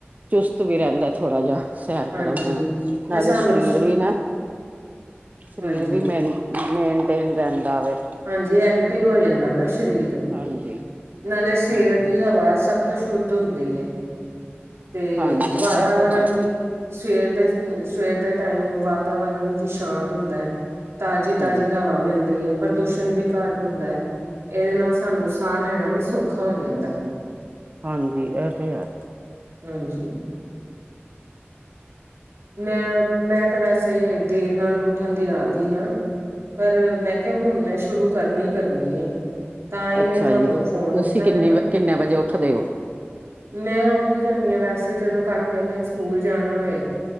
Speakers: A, on the right; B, on the right.
A: ਚੁਸਤ ਵੀ ਰਹਿੰਦਾ ਥੋੜ੍ਹਾ ਜਿਹਾ। ਸੈਰ
B: ਹਾਂਜੀ
A: ਕਰਨ ਦੇ ਨਾਲ, ਨਾਲੇ
B: ਤੇ ਸਾਨੂੰ
A: ਸਰੀਰ ਵੀ ਨਾ, ਸਰੀਰ
B: ਹਾਂਜੀ
A: ਵੀ ਮੈਨ ਮੇਨਟੇਨ ਰਹਿੰਦਾ ਵੇ।
B: ਹਾਂਜੀ, ਐਕਟਿਵ ਹੋ ਜਾਂਦਾ ਨਾ ਸਰੀਰ।
A: ਹਾਂਜੀ।
B: ਨਾਲੇ ਸਵੇਰ
A: ਹਾਂਜੀ
B: ਦੀ ਹਵਾ ਸਭ ਤੋਂ ਸ਼ੁੱਧ ਹੁੰਦੀ ਏ। ਤੇ
A: ਹਾਂਜੀ ਹਾਂਜੀ
B: ਵਾਤਾਵਰਨ
A: ਇਹ ਤੇ ਹੈ
B: ਵੀ ਸਵੇਰ ਦੇ, ਸਵੇਰ ਦੇ ਟਾਈਮ ਵਾਤਾਵਰਨ ਵੀ ਸ਼ਾਂਤ ਹੁੰਦਾ। ਤਾਜ਼ੀ-ਤਾਜ਼ੀ
A: ਹਮ
B: ਹਵਾ ਮਿਲਦੀ ਐ, ਪ੍ਰਦੂਸ਼ਣ ਵੀ ਘਂਟ ਹੁੰਦਾ ਐ। ਇਹਦੇ ਨਾਲ ਸਾਨੂੰ ਸਾਹ ਲੈਣਾ ਵੀ ਸੌਖਾ ਹੋ ਜਾਂਦਾ।
A: ਹਾਂਜੀ ਐ ਤੇ ਹੈ।
B: ਹਾਂਜੀ ਮੈਂ ਮੈਂ ਤਾਂ ਵੈਸੇ ਦੇਰ ਨਾਲ ਉੱਠਣ ਦੀ ਆਦੀ ਆ। ਪਰ ਮੈਂ ਕਿਹਾ ਹੁਣ ਮੈਂ ਸ਼ੁਰੂ ਕਰਨੀ ਕਰਨੀ ਏ। ਤਾਈ
A: ਅੱਛਾ
B: ਮੈਂ ਤੁਹਾਨੂੰ
A: ਜੀ,
B: ਫੋਨ
A: ਤੁਸੀਂ
B: ਕੀਤਾ
A: ਕਿੰਨੇ
B: ਮੈਂ ਕਿਹਾ
A: ਕਿੰਨੇ ਵਜੇ ਉੱਠਦੇ ਹੋ?
B: ਮੈਂ ਉੱਠ ਜਾਂਨੀ ਆਂ ਵੈਸੇ ਜਦੋਂ ਕਾਕੇ ਨੇ ਸਕੂਲ ਜਾਣਾ ਓਏ।